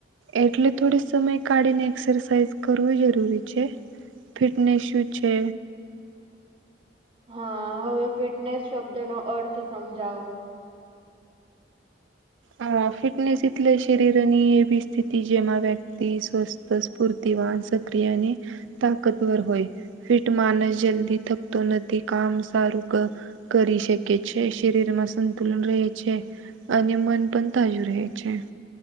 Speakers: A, on the right; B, on the right.
A: એટલે થોડો સમય કાઢીને એક્સરસાઇઝ કરવી જરૂરી છે. ફિટનેસ યુ છે.
B: હા હવે ફિટનેસ શબ્દ નો અર્થ સમજાવ.
A: હ ફિટનેસ એટલે શરીરની એવી સ્થિતિ જેમાં વ્યક્તિ સ્વસ્થ તસફૂરતિ વાહન સક્રિય અને તાકતવર હોય. ફિટ માનસ જલ્દી થકતો નથી કામ સારું ક કરી શકે છે શરીર માં સંતુલન રહે છે અને <unintelligible> છે.